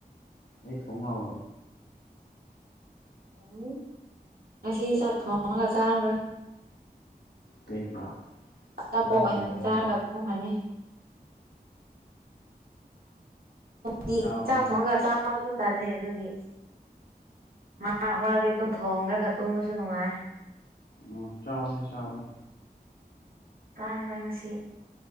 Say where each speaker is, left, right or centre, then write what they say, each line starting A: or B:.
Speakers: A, on the left; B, on the right.
A: ꯑꯩ ꯊꯣꯡ ꯂꯥꯛꯎꯔꯣ
B: ꯎꯝ ꯉꯁꯤ ꯆꯥꯛ ꯊꯣꯡꯉꯒ ꯆꯥꯔꯔꯣꯏ
A: ꯀꯩꯒꯤ
B: ꯑꯆꯥꯄꯣꯠ
A: ꯆꯔꯥ
B: ꯑꯣꯏꯅ
A: ꯍꯦꯜꯂꯒꯦ
B: ꯆꯥꯔꯒ
A: ꯍꯥꯏꯔꯣ
B: ꯇꯨꯝꯃꯅꯤ ꯗꯤ
A: ꯆꯥꯎꯍꯦ
B: ꯆꯥꯛ ꯊꯣꯡꯒ ꯆꯥꯕꯁꯨ ꯇꯜꯂꯦ ꯑꯗꯨꯒꯤ ꯃꯔꯛ ꯃꯔꯛꯗꯤ ꯑꯗꯨꯝ ꯊꯣꯡꯗ꯭ꯔꯒ ꯇꯨꯝꯕꯁꯨ ꯅꯨꯡꯉꯥꯏ
A: ꯑꯣ ꯆꯥꯎꯕꯅꯦ ꯆꯥꯎꯕꯅꯦ
B: ꯆꯥꯔꯔꯣꯏ ꯉꯁꯤ